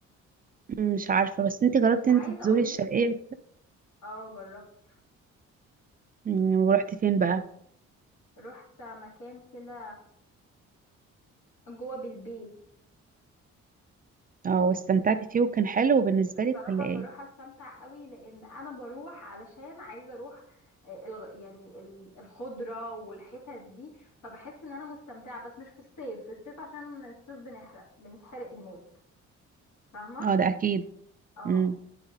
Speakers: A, on the right; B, on the left.
A: مم، مش عارفة بس انت جربتي
B: بس عايزه
A: انت تزوري
B: اقولك
A: الشرقية
B: اه جربت
A: مم، ورحتي فين بقى
B: رحت مكان كده جوه بالبيت
A: اه واستمتعتي فيه وكان حلو بالنسبة
B: الصراحة
A: لك ولا
B: بروح
A: ايه
B: استمتع قوي لان انا بروح علشان عايزة اروح آه، الغ- يعني ال- الخضرة والحتت دي فبحس ان انا مستمتعة بس مش في الصيف في الصيف عشان الصيف بنحرق بنتحرق هناك فاهمة
A: اه ده اكيد
B: اه
A: امم